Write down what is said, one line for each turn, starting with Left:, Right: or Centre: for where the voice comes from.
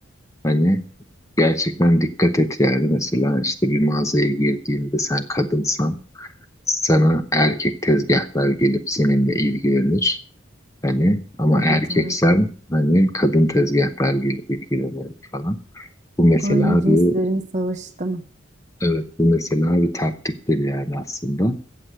Left: Hani gerçekten dikkat et yani mesela işte bir mağazaya girdiğinde sen kadınsan sana erkek tezgahlar gelip seninle ilgilenir. Hani ama
Right: Evet
Left: erkeksen
Right: evet.
Left: hani kadın tezgahlar gelip ilgilenir falan. Bu mesela
Right: Aynı cinslerin
Left: bir
Right: savaşı değil mi?
Left: evet bu mesela bir taktiktir yani aslında.